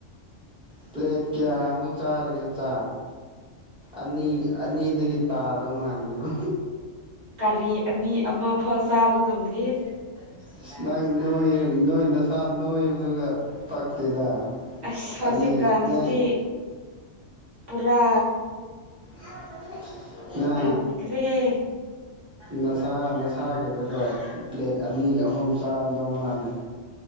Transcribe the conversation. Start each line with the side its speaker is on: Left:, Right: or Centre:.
Centre: ꯄ꯭ꯂꯦꯠ ꯀ ꯃꯨꯆꯔꯒꯦ ꯆ ꯑꯅꯤ ꯑꯅꯤꯗ ꯇꯥꯗꯧ ꯃꯥꯥꯟꯅꯦꯗꯥꯕ
Right: ꯀꯥꯔꯤ ꯑꯅꯤ ꯑꯃ ꯐ ꯆꯥꯕ ꯉꯝꯗ
Centre: ꯌꯦ ꯑꯁ ꯅꯪ ꯅꯣꯏ ꯅꯣꯏ ꯅꯁꯥ ꯅꯣꯏꯕꯗꯨꯒ ꯄꯛꯇꯦꯗ
Right: ꯑꯁ ꯍꯧꯖꯤꯛꯀꯥꯟꯁꯤꯗꯤ
Centre: ꯑꯅꯤ ꯅꯪ
Right: ꯄꯨꯔꯥ
Centre: <unintelligible> ꯉꯥ
Right: ꯍꯟꯈ꯭ꯔꯦꯍꯦ
Centre: ꯅꯁꯥ ꯅꯁꯥꯒꯤꯗꯨꯒ ꯄ꯭ꯂꯦꯠ ꯑꯅꯤ ꯑꯍꯨꯝ ꯆꯥꯔꯝꯗꯧ ꯃꯥꯜꯂꯦ